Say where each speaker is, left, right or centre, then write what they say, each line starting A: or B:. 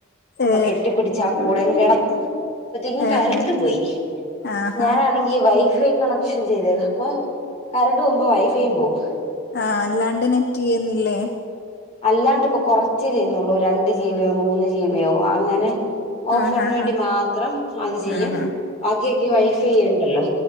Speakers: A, on the left; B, on the left.
A: അപ്പൊ
B: ഏ
A: കെട്ടി പിടിച്ച് ആ കൂട കിട അപ്പോഴത്തേക്കും
B: ഏഹ്
A: കരണ്ട് പോയി
B: ആഹാ
A: ഞാനാണെങ്കിൽ വൈഫൈ കണക്ഷൻ ചെയ്തത് അപ്പോൊ കറണ്ട് പോകുമ്പോ വൈഫൈയും പോകും
B: ആഹ അല്ലാണ്ട് നെറ്റ് ചെയ്യുന്നില്ലേ
A: അല്ലാണ്ട് ഇപ്പോൊ കൊറച്ച് ചെയ്യുന്നുള്ളൂ രണ്ട് ജീബിയോ മൂന്ന് ജീബിയോ അങ്ങനെ ഓഫറിന്
B: ആഹ് ആഹ്
A: വേണ്ടി മാത്രം അത് ചെയ്യും
B: ആഹ്
A: ബാക്കിയക്കെ വൈഫൈ ഉണ്ടല്ലോ